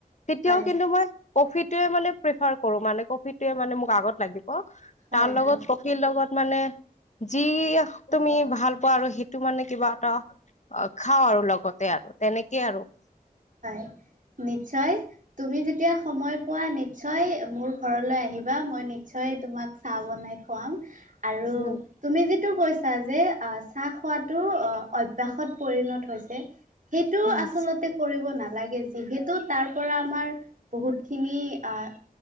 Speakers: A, on the left (about 50°); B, on the right (about 55°).
A: তেতিয়াও
B: হয়,
A: কিন্তু মই কফিটোৱে মানে প্ৰিফাৰ কৰো মানে কফিটোয়ে মানে মোক আগত লাগিব,
B: হয়,
A: তাৰ লগত
B: হয়।
A: কফিৰ লগত মানে যি তুমি ভাল পোৱা আৰু সেইটো মানে কিবা এটা অ' খাওঁ আৰু লগতে আৰু তেনেকে আৰু
B: হয় নিশ্চয় তুমি যেতিয়া সময় পোৱা নিশ্চয় মোৰ ঘৰলৈ আহিবা মই নিশ্চয় তোমাক চাহ বনাই খুৱাম। আৰু
A: উম
B: তুমি যিটো কৈছা যে চাহ খোৱাতটো অ ভ্যাসত পৰিণত হৈছে সেইটো
A: উম
B: আচলতে কৰিব নালাগে যিহেতু তাৰ পৰা আমাৰ বহুত খিনি আহ